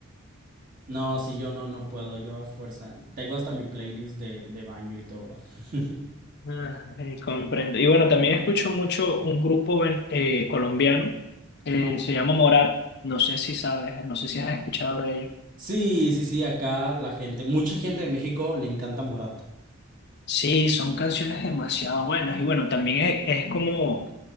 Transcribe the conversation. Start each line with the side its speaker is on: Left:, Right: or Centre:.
Right: No, sí, yo no, no puedo, yo a fuerza. Tengo hasta mi playlist de, de baño y todo. <laughs>
Left: Ah, eh, comprendo. Y bueno, también escucho mucho un grupo ven- eh, colombiano, eh,
Right: Ajá.
Left: se llama Morat, no sé si sabes, no sé si has escuchado de ellos.
Right: Sí, sí, sí, acá la gente, mucha gente de México le encanta Morat.
Left: Sí, son canciones demasiado buenas y bueno, también es, es como